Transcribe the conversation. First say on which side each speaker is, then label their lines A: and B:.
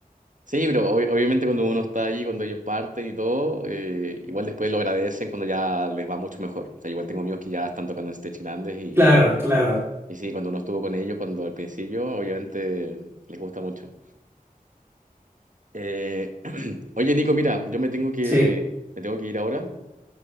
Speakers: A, on the right (about 55°); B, on the right (about 15°).
A: Sí, pero ob- obviamente cuando uno está ahí, cuando ellos parten y todo, eh, igual después lo agradecen cuando ya les va mucho mejor. O sea, igual tengo amigos que ya están tocando en stage grandes y,
B: Claro, claro,
A: y sí, cuando uno estuvo con ellos, cuando al principio, obviamente les gusta mucho. Eh, <clears throat> oye, Nico, mira, yo me tengo que,
B: sí,
A: me tengo que ir ahora,